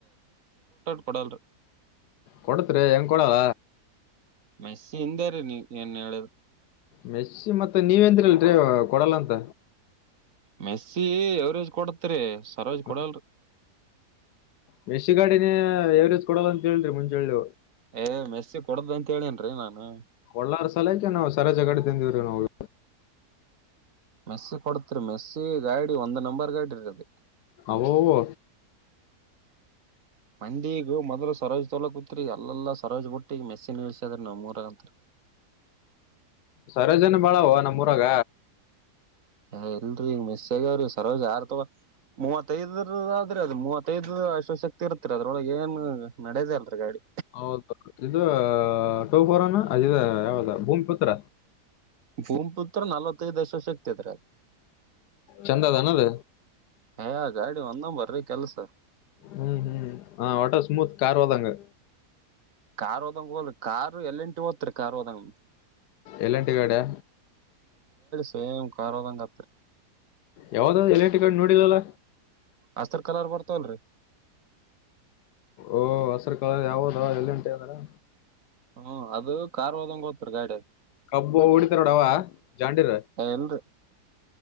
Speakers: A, on the right (about 55°); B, on the left (about 80°).
A: ಪಡಲ್ಲ
B: ಕೊಡತ್ರಿ ಹೆಂಗ್ ಕೊಡಲ್ಲ
A: ಮೈಸ ಹಿಂದೇ ರೀ ನೀ ಏನ್ ಹೇಳಿದ್
B: ಮೆಸಿ ಮತ್ತತ್ ನೀವಂದಿ್ರ ಅಲ್ರಿ ಕೊಡಲ್ಲ ಅಂತ
A: ಮೆಸ್ಸಿ ಎವರೇಜ್ ಕೊಡತ್ರಿ ಸರೋಜ್
B: ಹ
A: ಕೊಡಲ್ರಿ
B: ಬಸಿ ಗಾಡಿಿನ <unintelligible> ಾವವರೇಜ ಕೊೋ ಅಂತ ಹೇಳಿ ಮುಂಚೆೇಳಿ
A: ಏ ಮೆಸ್ಸಿ ಕೊಡದ್ದ ಅಂತ ಹೇಳೇನ್ರಿ ನಾನು
B: ಕಳ್ಳಾರ ಸಲಕ ನಾವವು ಸರಾಜಗಡೆ ತಿಂದಿವವ್ರಿ ನಾವು
A: ಮೆಸ್ಸಿ ಕೊಡ್ತ್ರಿ ಮೆಸ್ಸಿ ಗಾಡಿ ಒಂದ್ ನಂಬರ್ ಗಾಡಿ ಇರ್ದೆ
B: ಅವು
A: ಮಂದಿಗ ಮೊದ್ಲು ಸರೋಜ್ ತೊಲಕ ಕುತ್ರಿೀ ಎಲ್ಲಾ ಸರೋಜ್ ಬಟ್ಟಿ ಈ ಮೆಸಿ ನಿಲ್ಸದ್ರ ನಾವ್ ಮೂರಂತರಿ
B: ಸರಜನ ಬಾಳವ ನಮ್ಮೂರಾಗ
A: ಹ ಎಲ್ರರಿ ಈಗ ಮೆಸ್ಗ್ಯಾವ್ರಿ ಸರೋಜ್ ಯಾರು ತಗ ಮೂವತ್ತೈದರ ಆದ್ರೆ ಅದು ಮೂವತ್ತೈದು ಅಶ್ವಶಕ್ತಿ ಇರ್ತ್ರಿ ಅದ್ರೊಳಗೆ ಏನ್ ನಡದೇ ಅಲ್ರರಿ ಗಾಡಿ
B: ಹೌದ ಇದು ಟೋಫರೋನಾ ಅ ಯಾವದ ಭೂಮಿ ಪುತ್ರ
A: ಭೂಮಿಪುತ್ರ ನಲ್ವತ್ತೈದು ದಶ ವರ್ಷ ಸಿಗ್ತದ್ರ ಅದ
B: ಚಂದ ಅದ ಅನ್ನದ
A: ಹ ಗಾಡಿ ಒಂದ ಬರ್ರಿ ಕೆಲ್ಸ
B: ಹ್ಮ್ ಹ್ಮ್ ಹ ವಟರ್ ಸ್ಮೂತ್ ಕಾರ್ವಾದಂಗ
A: ಕಾರ್ ಹೋದಂಗ ಹೋಲ್ ಕಾರ್ ಎಲ್ಲಿಂಟು ಓತ್ರಿ ಕಾರ್ ಹೋದಂಗ
B: ಎಲ್ಲಂಟಿಗಾಡೆ
A: ಸೇ್ ಕಾರರೋದಂಗತ್ರು
B: ಯಾವ್ದ ಎಲೆಕ್ಟ್ರಿಕಟ್ ನೋಡಿಿದಲ್ಲ
A: ಹಸ್ರ್ ಕಲರ್ ಬರ್ತಲ್ರಿ
B: ಓಹ ಹಸರು ಕಳ ಯಾವದ ಎಲ್ಲಿಂಟ ಅದಾರ
A: ಹ್ಮ ಅದು ಕಾರ್ ಹೋದಂಗೆ ಓತ್ತರಿ ಗಾಡಿ
B: ಕಬ್ಬು ಉಳಿತಾರೋಡವ ಜಾಂಡಿರ
A: ಏ ಇಲ್ರಿ